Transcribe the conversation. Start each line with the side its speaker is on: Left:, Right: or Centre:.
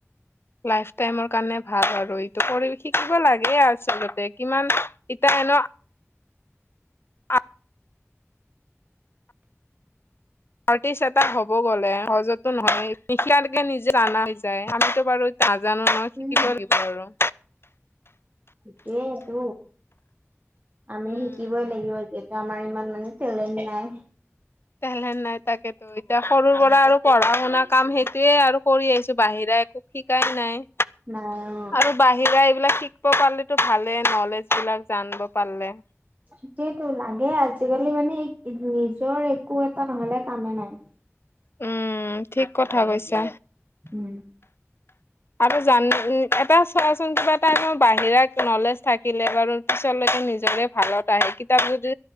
Left: লাইফ টাইমৰ কাৰণে ভাল আৰু এইটো কৰি শিকিব লাগে আচলতে কিমান ইটা এনেও অ। আৰ্টিষ্ট এটা হ'ব গ'লে সহজতো নহয়। নিচিনালৈকে <unintelligible> নিজে জানা হৈ যায়। আমিতো বাৰু নাজানো নহয় শিকিব
Right: উম
Left: লাগিব আৰু।
Right: সেয়ে তো, আমি
Left: উম
Right: শিকিবই লাগিব এতিয়া। আমাৰ ইমান মানে তেলেন নাই।
Left: তেলেন্ট নাই তাকেতো। ইটা সৰুৰ পৰা আৰু পঢ়া শুনা কাম সেইটোয়ে আৰু কৰি আহিছো বাহিৰা একো শিকাই নাই।
Right: নাই অহ।
Left: আৰু বাহিৰা এইবিলাক শিকিব পাৰলেতো ভালেই, নলেজ বিলাক জানিব পাৰলে।
Right: সেইটোৱে টো লাগে আজিকালি মানে নিজৰ একো এটা নহলে কামে নাই।
Left: উম, ঠিক কথা কৈছা।
Right: উম।
Left: আৰু জান এটা চোৱাচোন, কিবা এটা বাহিৰা নলেজ থাকিলে বাৰু পিছলৈতো নিজৰে ভালত আহে। কিতাবা যদি